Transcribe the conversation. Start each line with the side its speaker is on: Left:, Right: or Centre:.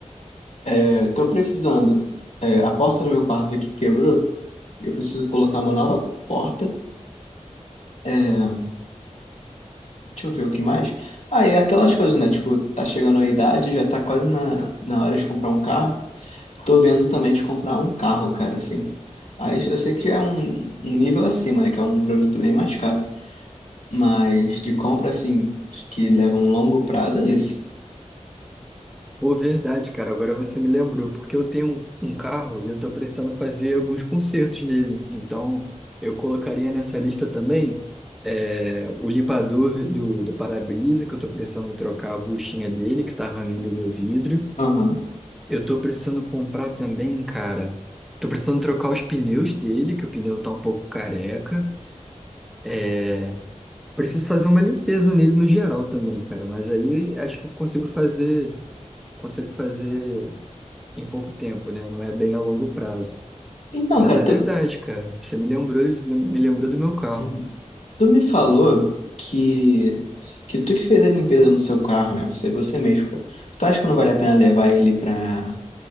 Left: É, tô precisando, é, a porta do meu quarto aqui quebrou, eu preciso colocar uma nova porta, é, deixa eu ver o que mais. Ah, e aquelas coisas, né? Tipo, tá chegando a idade, já tá quase na, na hora de comprar um carro. Tô vendo também de comprar um carro, cara, assim. Aí eu sei que é um, um nível acima, né? Que é um produto bem mais caro. Mas de compra, assim, que leva um longo prazo, é isso.
Centre: Pô, verdade, cara. Agora você me lembrou, porque eu tenho um, um carro e eu tô precisando fazer alguns consertos nele. Então, eu colocaria nessa lista também é, o limpador do, do para-brisa, que eu tô precisando trocar a buchinha dele, que tá arranhando o meu vidro.
Left: Aham.
Centre: Eu tô precisando comprar também, cara. Tô precisando trocar os pneus dele, que o pneu tá um pouco careca. É, preciso fazer uma limpeza nele no geral também, cara. Mas aí acho que eu consigo fazer. Consigo fazer em pouco tempo, né? Não é bem a longo prazo.
Left: Então,
Centre: Mas
Left: cara,
Centre: é
Left: tu,
Centre: verdade, cara. Você me lembrou, me lembrou do meu carro.
Left: Uhum. tu me falou que, que tu que fez a limpeza no seu carro, né? Você, você mesmo. Tu acha que não vale a pena levar ele pra,